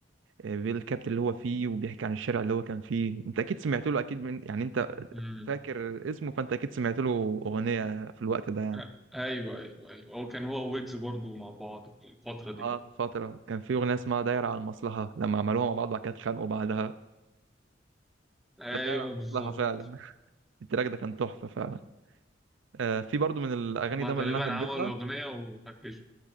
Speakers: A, on the right; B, in the centre.
A: الكابت اللي هو فيه وبيحكي عن الشارع اللي هو كان فيه أنت أكيد سمعت له أكيد من يعني أنت
B: ده
A: فاكر اسمه فأنت أكيد سمعت له أغنية في الوقت ده يعني
B: آه، ايوه ايوه ايوه هو كان هو ويجز برضو مع بعض في الفترة دي
A: اه في فترة كان في أغنية اسمها دايرة على المصلحة لما عملوها مع بعض وبعد كده اتخانقوا بعدها
B: ايوه
A: كانت دايرة على
B: بالظبط
A: المصلحة فعلا التراك ده كان تحفة فعلا آه، في برضو من الاغاني
B: هما
A: دايما
B: تقريبا
A: اللي انا حبيتها
B: عملوا اغنية وفكشوا